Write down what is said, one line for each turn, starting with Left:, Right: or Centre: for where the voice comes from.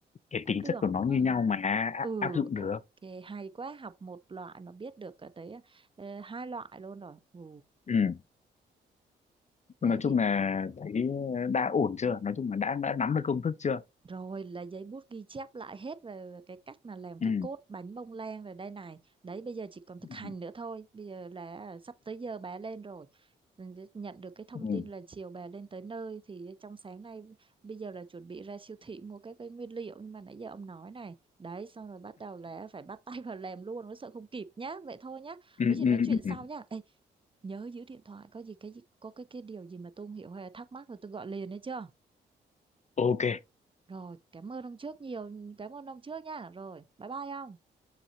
Left: cái
Right: cũng
Left: tính
Right: được
Left: chất của nó
Right: đúng không?
Left: như nhau mà á-
Right: Ừ,
Left: áp dụng
Right: ok,
Left: được
Right: hay quá, học một loại mà biết được cái tới ờ, hai loại luôn rồi. Ừ,
Left: Ừ.
Right: đấy
Left: Nói chung
Right: thì
Left: là thấy đã ổn chưa? Nói chung là đã đã nắm được công thức chưa?
Right: Rồi là giấy bút ghi chép lại hết về cái cách mà làm cái
Left: Ừ.
Right: cốt bánh bông lan rồi đây này. Đấy bây giờ chỉ còn thực
Left: Ừ.
Right: hành nữa thôi. Bây giờ là à, sắp tới giờ bà lên rồi. Mình Nhận được cái thông
Left: Ừ.
Right: tin là chiều bà lên tới nơi thì trong sáng nay bây giờ là chuẩn bị ra siêu thị mua các cái nguyên liệu nhưng mà nãy giờ ông nói này. Đấy xong rồi bắt đầu là phải bắt tay vào làm luôn nó sợ không kịp nhá. Vậy thôi nhá.
Left: Ừ.
Right: Có gì nói
Left: Ừ.
Right: chuyện sau
Left: ừ.
Right: nhá. Ê, nhớ giữ điện thoại có gì cái gì- có cái cái điều gì mà tôi không hiểu hay là thắc mắc rồi tôi gọi liền đấy chưa?
Left: Ok,
Right: Rồi, cảm ơn ông trước nhiều, cảm ơn ông trước nha. Rồi, bye bye ông.